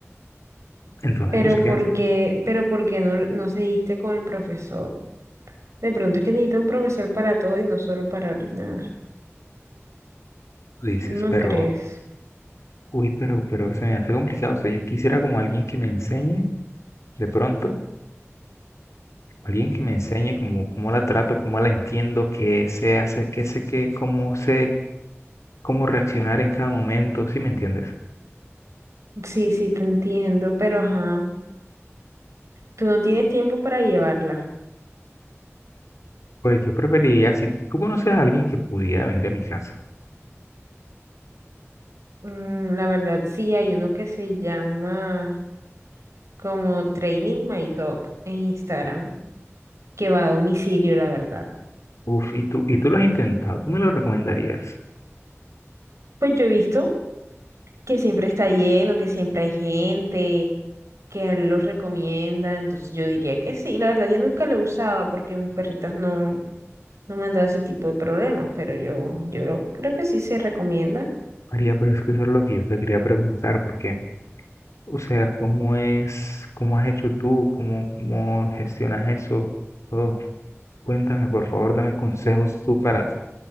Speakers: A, on the left; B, on the right.
A: Entonces
B: Pero
A: no sé
B: ¿por
A: qué hacer.
B: qué, pero por qué no, no seguiste con el profesor? De pronto es que necesita un profesor para todo y no solo para orinar.
A: tú dices,
B: ¿No
A: pero,
B: crees?
A: uy, pero, pero se me hace complicado. O sea, yo quisiera como alguien que me enseñe, de pronto, alguien que me enseñe como cómo la trato, cómo la entiendo, qué se hace, qué sé qué, cómo sé, cómo reaccionar en cada momento, ¿sí me entiendes?
B: Sí, sí, te entiendo, pero ajá. Tú no tienes tiempo para llevarla.
A: Pues yo preferiría, si tú conoces a alguien que pudiera venir a mi casa,
B: Mm, la verdad, sí, hay uno que se llama como Training My Dog en Instagram, que va a domicilio, la verdad.
A: uf, y tú, y tú lo has intentado, tú me lo recomendarías.
B: Pues yo he visto que siempre está lleno, que siempre hay gente, que a él los recomienda, entonces yo diría que sí. La verdad, yo nunca lo he usado porque mis perritas no, no me han dado ese tipo de problemas, pero yo, yo creo que sí se recomienda.
A: María, pero es que eso es lo que yo te quería preguntar, porque O sea, ¿cómo es, cómo has hecho tú, cómo, cómo gestionas eso? Todo. Cuéntame, por favor, dame consejos tú para,